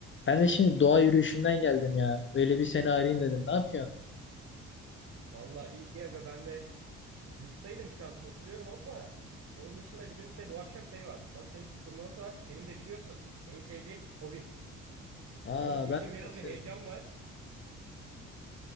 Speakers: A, on the left (about 40°); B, on the right (about 50°).
A: Ben de şimdi doğa yürüyüşünden geldim ya. Böyle bir seni arayayım dedim. Ne yapıyorsun?
B: Vallahi iyi aga ben de yurttaydım şu an oturuyorum ama onun dışında bizim de bu akşam şey var. Masa tenisi turnuvası var. Benim de biliyorsun en sevdiğim hobim.
A: Aa
B: Onun için
A: ben de
B: biraz
A: çok
B: bir
A: severim.
B: heyecan var.